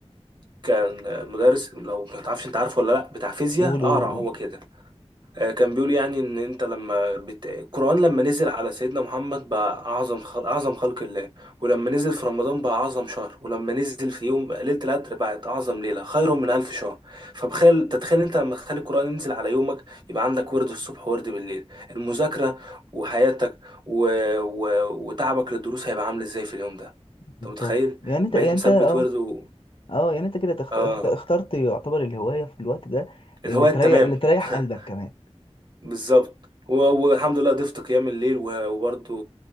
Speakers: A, on the right; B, on the left.
A: كان مدرس لو ما تعرفش انت عارفه ولا لا بتاع فيزياء
B: قول
A: اقرع
B: قول قول
A: هو كده آه، كان بيقول يعني ان انت لما بت... القرآن لما نزل على سيدنا محمد بقى اعظم خل... اعظم خلق الله ولما نزل في رمضان بقى اعظم شهر ولما نزل في يوم بقى ليلة القدر بقت اعظم ليلة خير من الف شهر فبخيل تتخيل انت لما تخلي القرآن ينزل على يومك يبقى عندك ورد الصبح وورد بالليل المذاكرة وحياتك و... و... وتعبك للدروس هيبقى عامل ازاي في اليوم ده انت
B: بالظبط
A: متخيل
B: يعني انت
A: بقيت
B: يعني انت
A: مثبت
B: اه
A: ورد و...
B: اه يعني انت كده تخت...
A: اه
B: اخت- اخترت يعتبر الهواية في الوقت ده اللي
A: الهواية
B: تريح
A: تمام
B: اللي تريح
A: <laughs>
B: قلبك كمان
A: بالظبط و- والحمد لله ضفت قيام الليل و- وبرضه